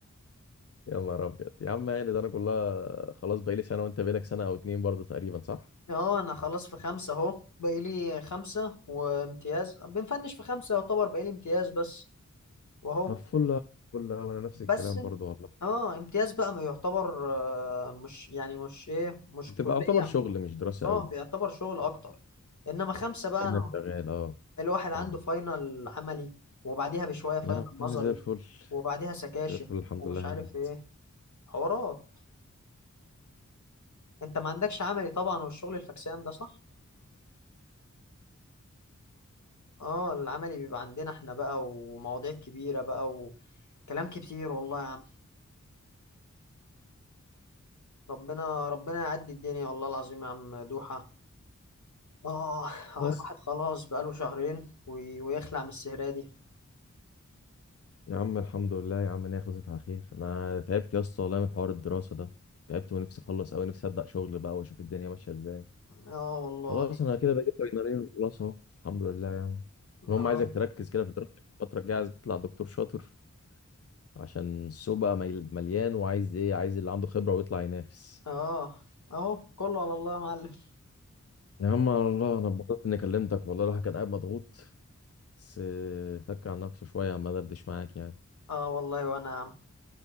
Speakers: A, on the left (about 50°); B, on the left (about 70°).
A: يا نهار ابيض يا عم يعني ده انا كلها خلاص بقالي سنة وانت بقالك سنة او اتنين برضه تقريبا صح؟
B: اه انا خلاص في خمسه اهو باقي لي خمسه وامتياز بنفنش في خمسه يعتبر باقي لي امتياز بس واهو
A: طب فل فل أوي، انا نفس
B: بس
A: الكلام
B: ام-
A: برضه والله
B: اه امتياز بقى ما يعتبر آه، مش يعني مش ايه مش
A: بتبقى
B: كليه
A: يعتبر
B: عموما
A: شغل مش دراسة
B: اه
A: قوي
B: بيعتبر شغل اكتر انما خمسه بقى
A: كأنك
B: انا
A: شغال اه
B: الواحد عنده
A: فاهمك
B: فاينل عملي وبعديها بشوية فاينل
A: يا عم
B: نظري
A: زي الفل
B: وبعديها سكاشن
A: زي الفل الحمد
B: ومش
A: لله
B: عارف
A: هانت
B: ايه حوارات انت ما عندكش عملي طبعا والشغل الفكسان ده صح اه العملي بيبقى عندنا احنا بقى ومواضيع كبيرة بقى وكلام كتير والله يا عم ربنا ربنا يعدي الدنيا والله العظيم يا عم دوحة اه آه،
A: بس
B: الواحد خلاص بقاله شهرين وي- ويخلع من السهرة دي
A: يا عم الحمد لله يا عم ان هي خلصت على خير انا تعبت يا اسطى والله من حوار الدراسة ده تعبت ونفسي اخلص قوي نفسي ابدا شغل بقى واشوف الدنيا ماشية ازاي
B: اه والله
A: خلاص انا كده بقيت فاينلين خلاص اهو الحمد لله يعني المهم
B: اه
A: عايزك تركز كده في دراستك الفترة الجاية عايز تطلع دكتور شاطر عشان السوق بقى ميل- مليان وعايز ايه عايز اللي عنده خبرة ويطلع ينافس
B: اه اهو كله على الله يا معلم
A: يا عم على الله انا اتبسطت اني كلمتك والله الواحد كان قاعد مضغوط بس آه، فك عن نفسه شوية ما دردش معاك يعني
B: اه والله وانا